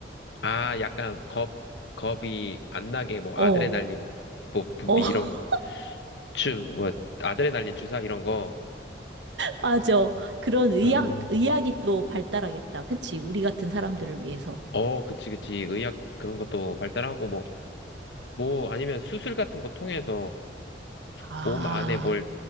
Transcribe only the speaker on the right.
어,
어, <laughs>
맞아. 그런 의학,
의학이 또 발달하겠다. 그치? 우리 같은 사람들을 위해서.
아,